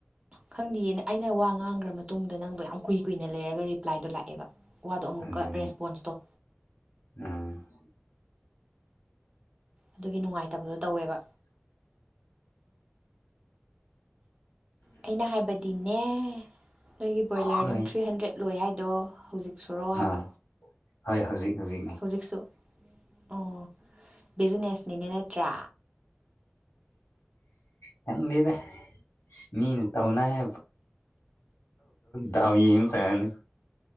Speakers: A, on the right; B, on the left.
A: ꯈꯪꯗꯌꯦꯅ ꯑꯩꯅ ꯋꯥ ꯉꯥꯡꯈ꯭ꯔ ꯃꯇꯨꯡꯗ ꯅꯪꯗꯣ ꯌꯥꯝ ꯀꯨꯏ ꯀꯨꯏꯅ ꯂꯩꯔꯒ ꯔꯤꯄ꯭ꯂꯥꯏꯗꯣ ꯂꯥꯛꯑꯦꯕ ꯋꯥꯗꯣ ꯑꯃꯨꯛꯀ
B: ꯑꯗꯨꯅꯤ
A: ꯔꯦꯁꯄꯣꯟꯁ ꯇꯧ
B: ꯎꯝ
A: ꯑꯗꯨꯒꯤ ꯅꯨꯡꯉꯥꯏꯇꯕꯗꯣ ꯇꯧꯋꯦꯕ ꯑꯩꯅ ꯍꯥꯏꯕꯗꯤꯅꯦ ꯅꯣꯏꯒꯤ ꯕ꯭ꯔꯣꯏꯂꯔꯗꯪ
B: ꯍꯣꯏ
A: ꯊ꯭ꯔꯤ ꯍꯟꯗ꯭ꯔꯦꯠ ꯂꯣꯏ ꯍꯥꯏꯗꯣ ꯍꯧꯖꯤꯛ ꯁꯣꯔꯣ
B: ꯑꯥ
A: ꯍꯥꯏꯕ
B: ꯍꯣꯏ ꯍꯧꯖꯤꯛ ꯍꯧꯖꯤꯛ
A: ꯍꯧꯖꯤꯛꯁꯨ ꯑꯣ ꯕꯤꯖꯤꯅꯦꯁꯅꯤꯅ ꯅꯠꯇ꯭ꯔꯥ
B: ꯆꯪ ꯂꯩꯗ ꯃꯤ ꯅ ꯇꯧꯅꯥ ꯍꯦ ꯗꯥꯎ ꯌꯦꯃꯤ ꯐꯅ